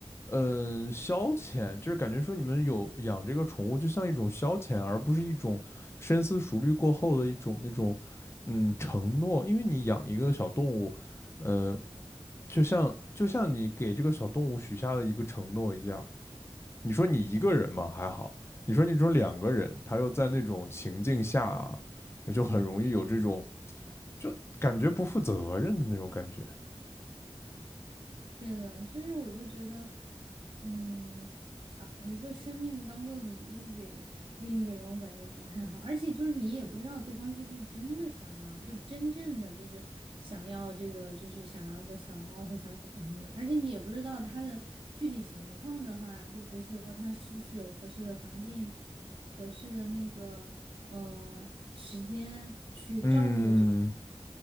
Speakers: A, on the left (about 25°); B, on the right (about 55°).
A: 嗯，消遣，就是感觉说你们有养这个宠物，就像一种消遣，而不是一种深思熟虑过后的一种那种，嗯，承诺。因为你养一个小动物，呃，就像就像你给这个小动物许下的一个承诺一样。你说你一个人嘛还好，你说你这种两个人，他又在那种情境下啊，就很容易有这种就感觉不负责任的那种感觉。
B: 是的，就是我就觉得，嗯，把一个生命当做礼物给另一个人，我感觉不太好。而且就是你也不知道对方是不是真的想要，就真正的就是想要这个，就是想要个小猫或小狗什么的。而且你也不知道他的具体情况的话，就比如说他是不是有合适的环境、合适的那个嗯、呃时间去照顾这个
A: 嗯。